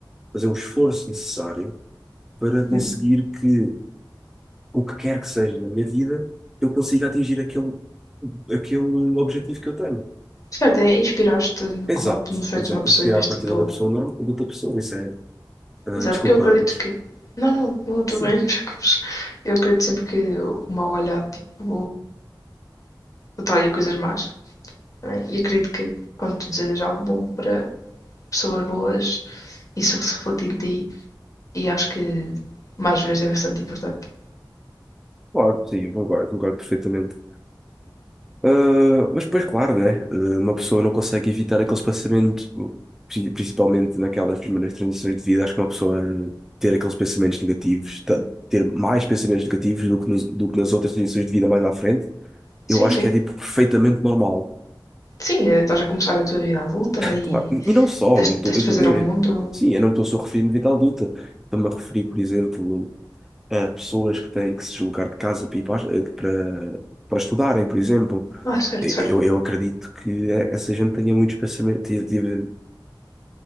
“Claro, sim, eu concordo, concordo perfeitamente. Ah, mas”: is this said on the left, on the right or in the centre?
Centre